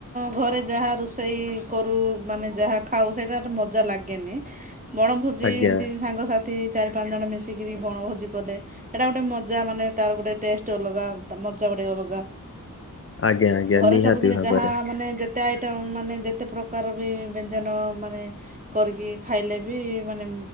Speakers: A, on the right (about 25°); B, on the left (about 40°).
A: ଘରେ ଯାହା ରୋଷେଇ କରୁ ମାନେ ଯାହା ଖାଉ ସେଟା ତ ମଜା ଲାଗେନି ବଣଭୋଜି
B: ଆଜ୍ଞା।
A: ଏମିତି ସାଙ୍ଗସାଥି ଚା ପାଞ୍ଚ ଜଣ ମିଶିକିରି ବଣଭୋଜି କଲେ, ସେଇଟା ଗୋଟେ ମଜା ମାନେ ତାର ଗୋଟେ ଟେଷ୍ଟ ଟେ ଅଲଗା ତା ମଜା ଗୋଟେ ଅଲଗା
B: ଆଜ୍ଞା ଆଜ୍ଞା
A: ଘରେ
B: ନିହାତି
A: ସବୁଦିନ
B: ଭାବରେ
A: ଯାହା ମାନେ ଯେ କେତେ ଆଇଟମ୍ ମାନେ ଯେତେ ପ୍ରକାର ବି ବ୍ୟଞ୍ଜନ ମାନେ କରିକି ଖାଇଲେ ବି ମାନେ